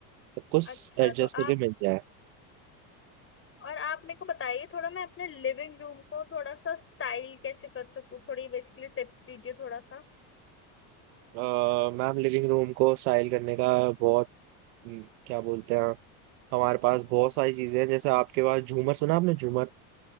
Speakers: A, on the right; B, on the left.
A: सब कुछ
B: अच्छा
A: एडजस्ट
B: तो
A: करके
B: आप
A: मिल जाए
B: और आप मेरे को बताइए थोड़ा मैं अपने लिविंग रूम को थोड़ा सा स्टाइल कैसे कर सकूं थोड़ी बेसिकली टिप्स दीजिए थोड़ा सा
A: अ, मैम लिविंग रूम को स्टाइल करने का बहुत हम्म, क्या बोलते हैं हमारे पास बहुत सारी चीजें हैं जैसे आपके पास झूमर सुना आपने झूमर